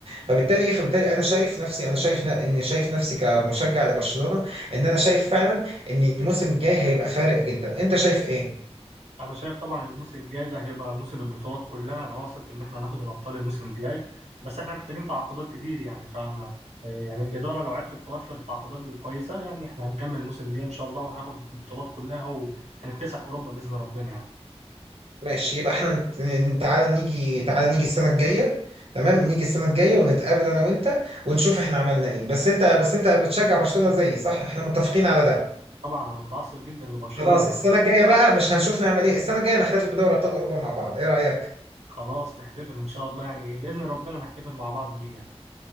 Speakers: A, on the right (about 60°); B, on the right (about 85°).
A: فبالتالي ايه فبالتالي انا شايف نفسي انا شايف ن- اني شايف نفسي كمشجع لبرشلونه ان انا شايف فعلا ان الموسم الجاي هيبقى فارق جدا انت شايف ايه
B: انا شايف طبعا الموسم الجاي ده هيبقى موسم البطولات كلها انا واثق ان احنا هناخد الابطال الموسم الجاي بس احنا محتاجين تعاقدات كتير يعني فانا يعني الاداره لو عرفت توفر تعاقدات كويسه يعني احنا هنكمل الموسم الجاي ان شاء الله وهناخد البطولات كلها وهنكتسح اوروبا باذن ربنا يعني
A: ماشي يبقى احنا نت- ن- تعالى نيجي تعالى نيجي السنه الجايه تمام نيجي السنه الجايه ونتقابل انا وانت ونشوف احنا عملنا ايه بس انت بس انت بتشجع برشلونه زيي صح احنا متفقين على ده
B: طبعا انا متعصب جدا لبرشلونه
A: خلاص
B: يعني
A: السنة الجاية بقى مش هنشوف نعمل ايه السنة الجاية نحتفل بدوري ابطال اوروبا مع بعض ايه رأيك
B: خلاص نحتفل ان شاء الله يعني باذن ربنا نحتفل مع بعض بيه يعني